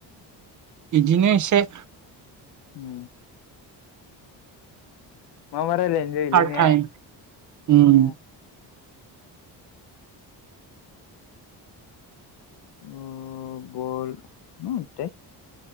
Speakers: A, on the right; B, on the left.
A: इदिनो एसे।
B: उम। माबाद रायनाय जायोलै
A: पार्ट
B: ने
A: टाइम उम
B: ओम अ बल <unintelligible>